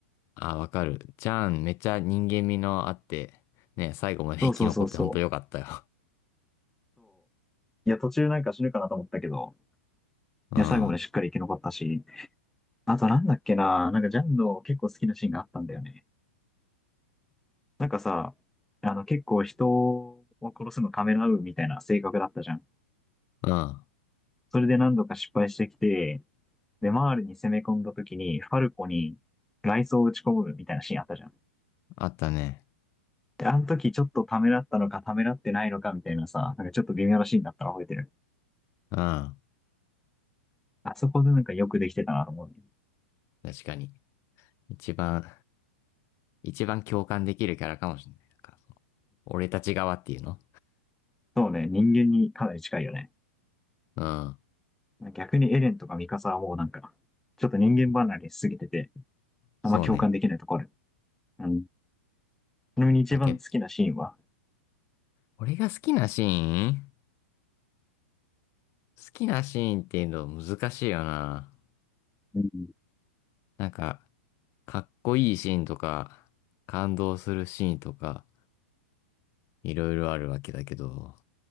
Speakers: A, on the left; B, in the centre.
A: あ、わかる。ジャン、めっちゃ人間味のあって、ね、最後まで生き残って本当良かったよ。
B: そうそうそうそう。いや、途中なんか死ぬかなと思ったけど、
A: うん。
B: いや、最後までしっかり生き残ったし、
A: うん。
B: あとなんだっけな、なんかジャンの結構好きなシーンがあったんだよね。なんかさ、あの結構人を殺すのためらうみたいな性格だったじゃん。
A: あ
B: それで何度か失敗してきて、で、マールに攻め込んだ時に、ファルコに雷装を打ち込むみたいなシーンあったじゃん。
A: ったね。
B: で、あの時ちょっとためらったのかためらってないのかみたいなさ、なんかちょっと微妙なシーンだったら覚えてる。
A: うん。
B: あそこでなんかよくできてたなと思うね。
A: 確かに。一番、一番共感できるキャラかもしれない。なんかその俺たち側っていうの
B: そうね、人間にかなり近いよね。
A: うん。
B: 逆にエレンとかミカサはもうなんか、ちょっと人間離れしすぎてて、
A: そうね。
B: あんま共感できないところうん。ちなみに一番好きなシーンは、
A: まあ、け、俺が好きなシーン好きなシーンっていうの難しいよな。
B: うん
A: なんか、かっこいいシーンとか、感動するシーンとか、いろいろあるわけだけど、